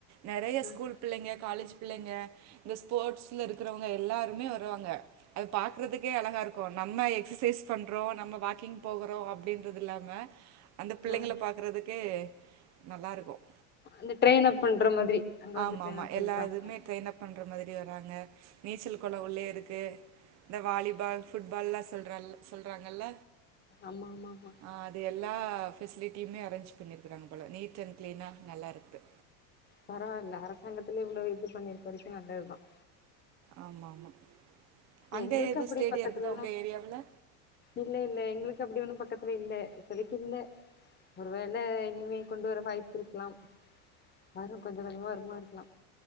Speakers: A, on the right; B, on the left.
A: நறைய
B: ம்
A: ஸ்கூல் பிள்ளங்க காலேஜ் பிள்ளைங்க இந்த ஸ்போர்ட்ஸ்ல இருக்கிறவங்க எல்லாருமே வருவாங்க அத பாக்றதுக்கே அழகா இருக்கும் நம்ம எக்ஸசைஸ் பண் றோம் நம்ம வாக்கிங் போகறோம் அப்படின்றது இல்லாம அந்த பிள்ளைங்கள
B: ம்
A: பாக்குறதுக்கு நல்லா இருக்கும்
B: இங்க ட்ரெயின் அப் பண்ற மாதிரி அங்க
A: ஆமா
B: வந்து ட்ரெயின்
A: ஆமா
B: அப்
A: எல்லா
B: பண்ணிக்குவாங்க
A: இதுவுமே ட்ரெயின் அப் பண்ற மாதிரி வராங்க நீச்சல் குள உள்ளயே இருக்கு இந்த வாலிபால் ஃபுட்பால்லா சொல் னல் சொல்றாங்கல்ல
B: ஆமா ஆமா ஆமா
A: ஆ அது எல்லா ஃபெஸ்லிட்டியுமே அரேஞ்ச் பண்ணியிருக்கறாங்க போல நீட் அண்ட் க்ளீனா நல்லாருக்குது
B: பரவாயில்ல அரசாங்கத்துலயே இவ்வளவு இது பண்ணிருக்க வரைக்கும் நல்லதுதான்
A: ஆமா ஆமா அங்க
B: எங்களுக்கு
A: எது
B: அப்படி
A: ஸ்டேடியம்
B: பக்கத்துலல்ல
A: இருக்குதா உங்க ஏரியாவுல
B: இல்ல இல்ல எங்களுக்கு எங்களுக்கு அப்படி ஒன்னும் பக்கத்துல இல்ல இப்போதைக்கு இல்ல ஒரு வேள இனிமே கொண்டு வர வாய்ப்பு இருக்கலாம் வாரு கொஞ்ச கொஞ்சமா வருமா இருக்கலாம்